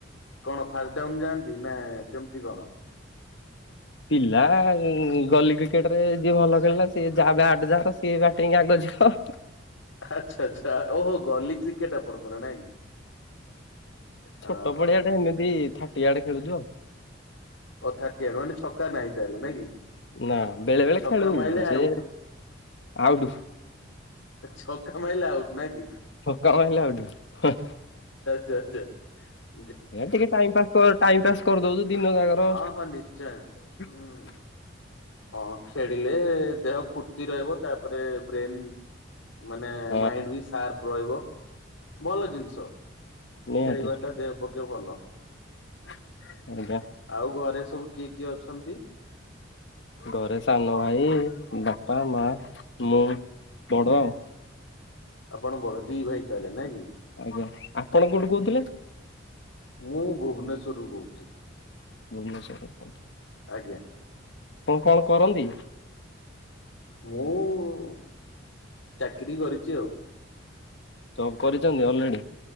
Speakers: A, on the left (about 85°); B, on the left (about 60°).
A: କଣ ଫାଷ୍ଟ ଡାଉନ ଯାଆନ୍ତି ନା କେମିତି କଣ?
B: ପିଲା ଗଲି କ୍ରିକେଟ ରେ ଯିଏ ଭଲ ଖେଳିଲା ସିଏ ଯା ବ୍ୟାଟ ଯା ସିଏ ବ୍ୟାଟି ଆଗେ ଯିବ।
A: ଆଚ୍ଛା ଆଚ୍ଛା। ଓହୋ ଗଲି କ୍ରିକେଟ ଆପଣଙ୍କର ନାଇଁ।
B: ଛୋଟ
A: ଓହୋ
B: ପଡିଆଟା ଏମିତି ଥାଟିଆଡେ ଖେଳି ଯିବା?
A: ଓ ଥାର୍ଟିଆଡ ମାନେ ଛକା ନାହିଁ ତାହେଲେ ନା କି।
B: ନା। ବେଳେ ବେଳେ
A: ଛକା
B: ଖେଳୁ
A: ମାଇଲେ ଆଉଟ୍
B: ଯେ ଆଉଟ୍।
A: ଛକା ମାଇଲେ ଆଉଟ୍ ନା କି?
B: ଛକା ମାଇଲେ ଆଉଟ୍ ହେ
A: <unintelligible>
B: ହେ ଟିକେ ଟାଇମ୍ ପାସ୍ ଟାଇମ ପାସ୍ କରିଦଉଛୁ ଦିନ ଜାଗ
A: ହଁ ହଁ ନିଶ୍ଚୟ। ହୁଁ।
B: <unintelligible>
A: ହଁ ଖେଳିଲେ ଦେହ ଫୁର୍ତ୍ତି ରହିବ ତାପରେ ବ୍ରେନ ମାନେ
B: ହଁ
A: ମାଇଣ୍ଡ ବି ସାର୍ପ ରହିବ। ଭଲ ଜିନିଷ
B: ନିହାତି
A: ଖେଳିବା ଟା ଦେହ ପକ୍ଷେ ଭଲ।
B: <unintelligible>
A: ଆଉ ଘରେ ସବୁ କିଏ କିଏ ଅଛନ୍ତି?
B: ଘରେ ସାନ ଭାଇ ବାପା ମା ମୁଁ ବଡ ଆଉ।
A: ଆପଣ ବଡ ଦି ଭାଇ ତାହେଲେ ନାଇଁ କି?
B: ଆଜ୍ଞା ଆପଣ କୋଉଠୁ କହୁଥିଲେ
A: ମୁଁ ଭୁବନେଶ୍ଵରରୁୁ କହୁଛି।
B: ଭୁବନେଶ୍ୱର ରେ।
A: ଆଜ୍ଞା
B: କଣ କରନ୍ତି
A: ମୁଁ ଚାକିରି କରିଛି ଆଉ।
B: ଜବ କରିଛନ୍ତି ଅଲରେଡି?